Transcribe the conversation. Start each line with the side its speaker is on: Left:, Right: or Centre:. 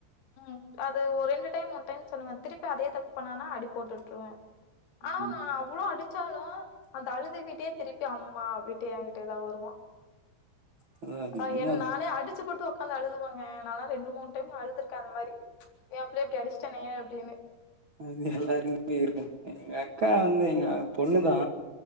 Left: ம் அது ஒரு ரெண்டு டைம் மூணு டைம்னு சொல்லுவே திருப்பி அதே தப்பு பண்ணானா அடி போட்டுட்ருவே ஆனா
Right: ம்
Left: நா இவ்ளோ அடிச்சாலு அந்த அழுதுகிட்டே திருப்பி அம்மா அப்டின்டு என்கிட்டேதா வருவா
Right: அதா அது
Left: ஆ
Right: உண்மதா
Left: என் நானே அடிச்சுப்புட்டு உக்காந்து அழுதுவேங்க நாலா ரெண்டு மூனு டைம் அழுதுருக்கே அந்த மாரி ஏ புள்ளைய இப்டி அடிச்சுட்டேனே அப்டின்னு
Right: அது எல்லாருக்குமே இருக்கு எங்க அக்கா வந்து எங்க பொண்ணுதா